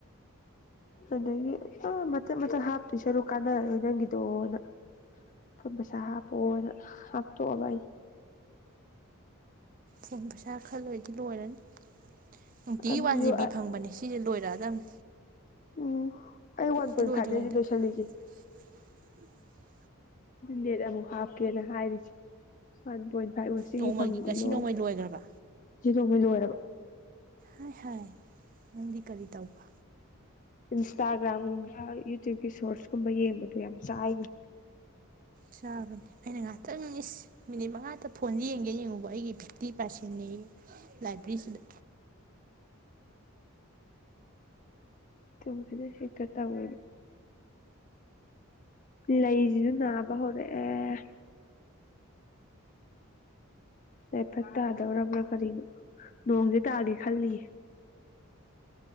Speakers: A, on the left; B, on the right.
A: ꯑꯗꯒꯤ ꯑ ꯃꯆꯠ ꯃꯆꯠ ꯍꯥꯞꯇꯣꯏꯁꯔꯨ ꯀꯥꯟꯅꯔꯔꯣꯏ ꯅꯪꯒꯤꯗꯣꯅ ꯐꯣꯟ ꯄꯩꯁꯥ ꯍꯥꯞꯄꯣꯅ ꯍꯥꯞꯇꯣꯛ ꯑꯕ ꯑꯩ
B: ꯐꯣꯟ ꯄꯩꯁꯥ ꯈꯔꯂꯣꯏꯗꯤ ꯂꯣꯏꯔꯅꯤ ꯅꯨꯡꯇꯤꯒꯤ
A: ꯑꯗꯨꯁꯨ
B: ꯋꯥꯟ ꯖꯤꯕꯤ ꯐꯪꯕꯅꯦꯦ ꯁꯤꯁꯦ ꯂꯣꯏꯔꯛꯑꯗꯕꯅꯤ
A: ꯎꯝ ꯑꯩ ꯋꯥꯟ
B: ꯁꯤ
A: ꯄꯣꯏꯟ
B: ꯂꯣꯏꯗ꯭ꯔꯤꯉꯩꯗ
A: ꯐꯥꯏꯚꯅꯗꯤ ꯂꯣꯏꯁꯤꯜꯂꯤꯒꯦ
B: <inaudible>
A: ꯅꯦꯠ ꯑꯃꯨꯛ ꯍꯥꯞꯀꯦꯅ ꯍꯥꯏꯔꯤꯁꯦ ꯋꯥꯟ ꯄꯣꯏꯟ ꯐꯥꯏꯚ ꯑꯣꯏ ꯁꯤꯒꯤ
B: ꯅꯣꯡꯃꯒꯤ
A: ꯐꯪꯕꯗꯣ
B: ꯉꯁꯤ
A: ꯂꯣꯏꯔ
B: ꯅꯣꯡꯃꯩ ꯂꯣꯏꯈ꯭ꯔꯕ
A: ꯁꯤ ꯅꯣꯡꯕꯩ ꯂꯣꯏꯔꯕ
B: ꯍꯥꯏ ꯍꯥꯏ ꯅꯪꯗꯤ ꯀꯔꯤ ꯇꯧꯕ
A: ꯏꯟꯁꯇꯥꯒ꯭ꯔꯥꯝꯒꯨꯝꯕ ꯌꯨꯇ꯭ꯌꯨꯕꯀꯤ ꯁꯣꯔꯁ ꯀꯨꯝꯕ ꯌꯦꯡꯕꯗꯣ ꯌꯥꯝ ꯆꯥꯏꯅꯤ
B: ꯆꯥꯕꯅꯤ ꯑꯩꯅ ꯉꯥꯏꯍꯥꯛꯇꯪ ꯏꯁ ꯃꯤꯅꯤꯠ ꯃꯉꯥꯗ ꯐꯣꯟꯁꯦ ꯌꯦꯡꯒꯦ ꯌꯦꯡꯉꯨꯕ ꯑꯩꯒꯤ ꯐꯤꯞꯇꯤ ꯄꯥꯔꯁꯦꯟꯅꯤ ꯂꯥꯏꯕ꯭ꯔꯦꯔꯤꯁꯤꯗ
A: ꯎ ꯇ ꯁꯤꯇ ꯇꯕꯨ ꯂꯩꯁꯤꯁꯨ ꯅꯥꯕ ꯍꯧꯔꯛꯑꯦ ꯌꯥꯐꯠ ꯇꯥꯗꯧꯔꯕ꯭ꯔꯥ ꯀꯔꯤꯅꯣ ꯅꯣꯡꯁꯦ ꯇꯥꯒꯦ ꯈꯜꯂꯤ